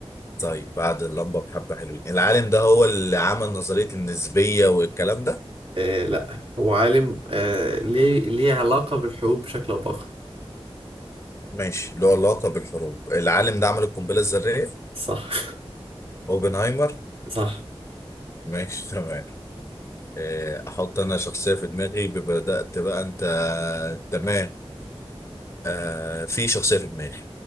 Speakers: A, on the left; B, on the right.
A: طيب بعد اللمبه بحبه حلوين العالم ده هو اللي عمل نظريه النسبيه والكلام ده
B: آه. لا هو عالم آه. ليه ليه علاقة بالحروب بشكل أو بآخر
A: ماشي له علاقه بالحروب العالم ده عمل القنبله الذريه
B: صح <laughs>
A: اوبنهايمر
B: صح
A: ماشي تمام آه، احط انا شخصية في دماغي بدأت بقى انت تمام آه، في شخصية في دماغي